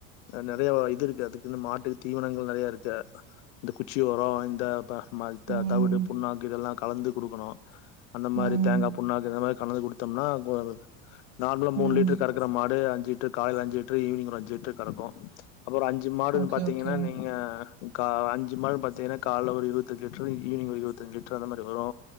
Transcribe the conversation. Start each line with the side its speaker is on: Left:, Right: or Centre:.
Left: நெறைய இது இருக்கே அதுக்குன்னு மாட்டு தீவனங்கள் நெறையா இருக்க இந்த குச்சி ஒரோ இந்த ப மல்த
Right: ம்
Left: தவுடு புண்ணாக்கு இதெல்லா கலந்துக் குடுக்கணு அந்த
Right: ம்
Left: மாரி தேங்கா புண்ணாக்கு இத மாரி கலந்து குடுத்தோம்னா கோ நார்மலா
Right: ம்
Left: மூணு லிட்டுரு கறக்கற மாடு டு அஞ்சு லிட்ரு கால்ல அஞ்சு லிட்ரு ஈவினிங் ஒரு அஞ்சு லிட்ரு கறக்கு அப்புற அஞ்சு மாடுன்னு
Right: ஓகே
Left: பாத்தீங்கன்னா
Right: ஓகே
Left: நீங்க கா அஞ்சு மாட்டுன்னு பாத்தீங்கன்னா கால்ல ஒரு இருவத்தஞ்சு லிட்ரு ஈவினிங் ஒரு இருவத்தஞ்சு லிட்ரு அந்த மாரி வரு